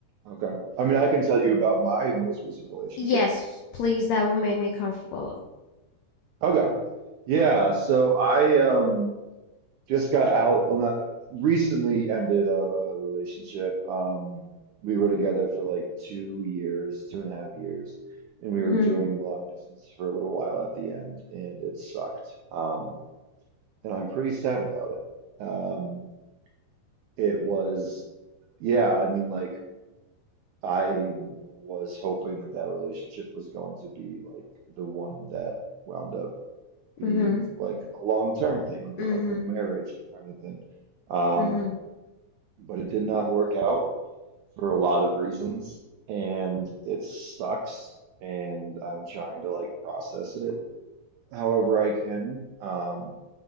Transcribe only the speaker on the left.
<laughs>
yes, please, that would make me comfortable.
Mm-hmm.
Mm-hmm.
Mhm,
mhm.